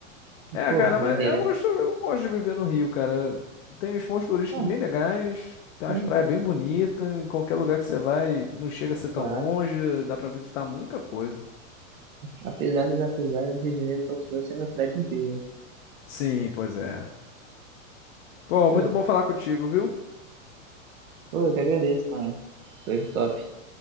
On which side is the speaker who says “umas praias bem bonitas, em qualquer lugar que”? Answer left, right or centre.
Left